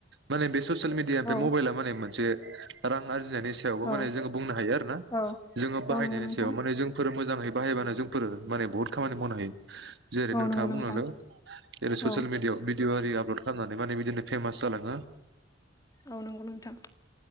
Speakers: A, on the right; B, on the left.
A: माने बे ससियेल मिडियानि
B: औ
A: मबाइला मे मोनसे रां आर्जि नायनि सायावबो
B: औ
A: जों बुंनो हायो आरो ना
B: औ
A: जों बाहायनायनि
B: औ नंगौ नोंथां
A: सायाव जोंफोर मोजाङै बायबानो फोर माने बुहुत खामानि मावनो हायो जेरै
B: औ
A: नोंथाङा
B: नंगौ नोंथां
A: बुंलांदों जेरै ससियेल
B: औ
A: मिडियाआव भिदिअ लद खालामनानै माने बिदिनो फेमास जालाङो
B: औ नंगौ नोंथां